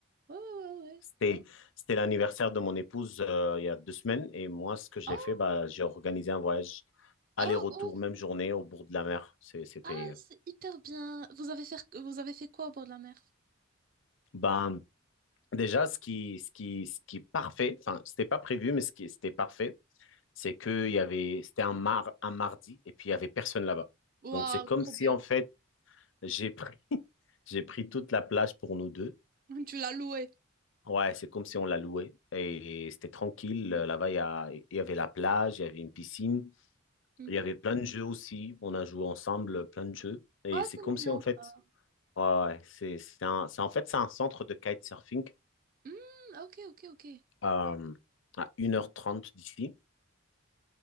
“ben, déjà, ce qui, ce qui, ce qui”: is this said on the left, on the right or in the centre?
Left